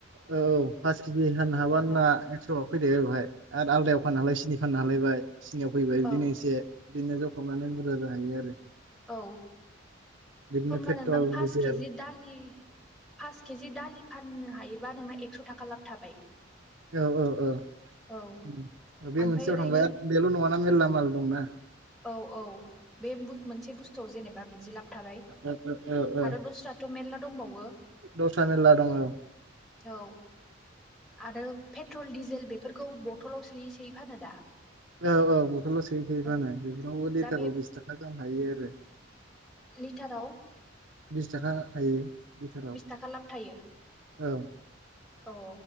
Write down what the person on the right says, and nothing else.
औ फास खिजि फाननो हाबा
ना एक्स'आव फैदो हाय आरो बावहाय आलदायाव फाननो हालाय सिनि फाननो हालायबाय सिनियाव फैबाय। बिदिनो
एसे बिदिनो ज' खालामनानै बुरजा जाहैयो आरो
बिदिनो
पेट्रल
डिजेल
औ औ औ
ओम बे
मोनसेयाव
थांबाय आरो बेल' नङाना मेल्ला माल दंना।
औ औ औ औ
दस्रा मेरला दङ औ
औ औ बथलाव सोयै सोयै फानो
बेफोरावबो लिटाराव
बिस थाखा गाहाम थायो आरो
बिस थाखा थायो। लिटाराव
औ